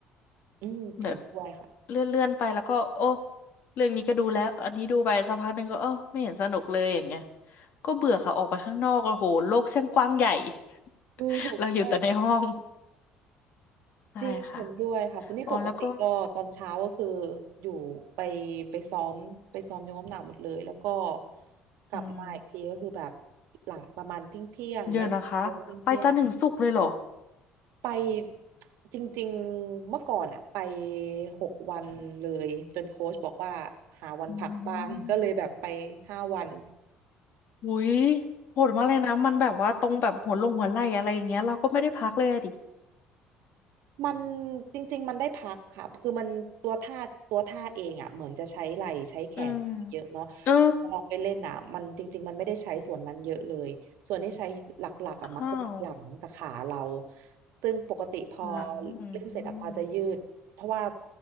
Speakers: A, on the right; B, on the left.
A: อืมเห็นด้วยค่ะ
B: แบบเลื่อนๆไปแล้วก็โอ้เรื่องนี้ก็ดูแล้วอันนี้ดูไปสักพักหนึ่งก็เออไม่เห็นสนุกเลยอย่างเงี้ยก็เบื่อค่ะออกไปข้างนอกโอ้โหโลกช่างกว้างใหญ่
A: ถูกใช่
B: <laughs> เราอยู่แต่ในห้อง <laughs> ใช่ค่ะ
A: จริงเห็นด้วยค่ะนี่ปกติก็ตอนเช้าก็คือ
B: อ๋อแล้วก็
A: อยู่ไปไปซ้อมไปซ้อมยกน้ำหนักหมดเลยแล้วก็กลับมาอีกทีก็คือแบบ
B: อืม
A: หลังประมาณเที่ยงเที่ยงไม่ก็สิบโมงเที่ยง
B: เดี๋ยวนะคะไปจันทร์ถึงศุกร์เลยเหรอ
A: ไปจริงๆเมื่อก่อนอะไปหกวันเลยจนโค้ชบอกว่าหาวันพักบ้าง
B: อื
A: <laughs>
B: ม
A: ก็เลยแบบไปห้าวัน
B: อุ้ยโหดมากเลยนะมันแบบว่าตรงแบบหัวลงหัวไหล่อะไรอย่างเงี้ยเราก็ไม่ได้พักเลยอะดิ
A: มันจริงๆมันได้พักค่ะคือมันตัวท่าตัวท่าเองอ่ะเหมือนจะใช้ไหล่ใช้แขนเยอะเนาะแต่พอลองไปเล่นอ่ะมันจริงๆมันไม่ได้ใช้ส่วนนั้นเยอะเลย
B: อืมเออ
A: ส่วนที่ใช้หลักๆอ่ะมักจะเป็นหลังกับขาเรา
B: อ้าว
A: ซึ่งปกติพอ
B: หลังอื
A: เล่นเสร็จอ่ะปาจะยืดเพราะว่า
B: ม